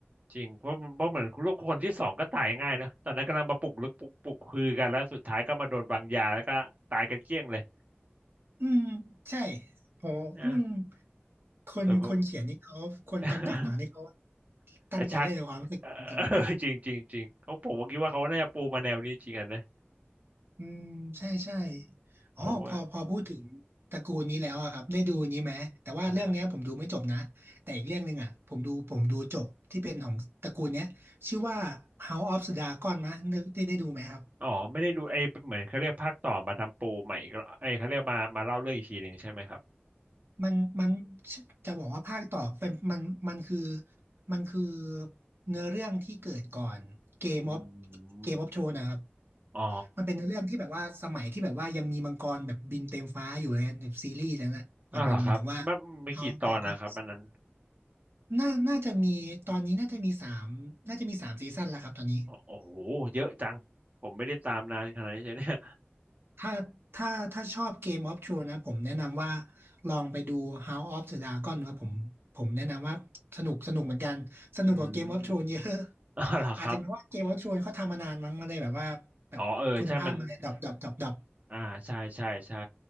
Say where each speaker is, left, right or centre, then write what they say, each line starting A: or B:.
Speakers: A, on the right; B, on the right.
A: จริงเพราะเพราะเหมือนลูกคนที่สองก็ตายง่ายนะตอนนั้นกำลังมาปลุกลึกปลุกปลุกคือกันแล้วสุดท้ายก็มาโดนวางยาแล้วก็ตายกันเกลี้ยงเลย
B: อืมใช่โหอืม
A: นะ
B: คนคนเขียนนี่เขาคนกำกับหนังนี่เขา
A: แบบ <laughs>
B: ตั้งใจเล่นในความรู้สึกจริง
A: กระชากเออ <laughs> จริงจริงจริงเขาผมก็คิดว่าเขาน่าจะปูมาแนวนี้จริงอ่ะนะ
B: อืมใช่ใช่อ๋อพอพอพูดถึงตระกูลนี้แล้วอะครับได้ดูนี้ไหมแต่ว่าเรื่องเนี้ยผมดูไม่จบนะแต่อีกเรื่องหนึ่งอะผมดูผมดูจบที่เป็นของตระกูลเนี้ยชื่อว่า
A: ผมว่าอะไร
B: House of the Dragon นะนึกได้ได้ดูไหมครับ
A: อ๋อไม่ได้ดูไอ้เหมือนเขาเรียกภาคต่อมาทำปูใหม่อีกรอบไอ้เขาเรียกมามาเล่าเรื่องอีกทีหนึ่งใช่ไหมครับ
B: มันมันจะบอกว่าภาคต่อเป็นมันมันคือมันคือเนื้อเรื่องที่เกิดก่อนเกมออฟ
A: อื
B: เกมออฟโทรนะครับ
A: มอ๋อ
B: มันเป็นเนื้อเรื่องที่แบบว่าสมัยที่แบบว่ายังมีมังกรแบบบินเต็มฟ้าอยู่เลยนะแบบซีรีส์แล้วนะแบบมันหมายถึงว่า
A: อ้าวเหรอครับมันไม่กี่ตอนนะครับอันนั้น
B: เฮาส์ดรากอนน่าน่าจะมีตอนนี้น่าจะมีสามน่าจะมีสามซีซั่นแล้วครับตอนนี้
A: อ๋อโอ้โหเยอะจังผมไม่ได้ตามนานขนาดนี้ใช่เนี่ย
B: ถ้าถ้าถ้าชอบ Game of Thrones นะผมแนะนำว่าลองไปดู House of the Dragon นะผมผมแนะนำว่าสนุกสนุกเหมือนกันสนุกกว่า
A: อืม
B: Game of Thrones เยอะ <laughs>
A: อ้าวเหรอครับ
B: อาจจะเป็นเพราะว่า Game of Thrones เขาทำมานานมั้งมันเลยแบบว่าแบบคุณภาพมันเลยดรอปดรอปดรอปดรอป
A: อ๋อเออใช่มันอ่าใช่ใช่ใช่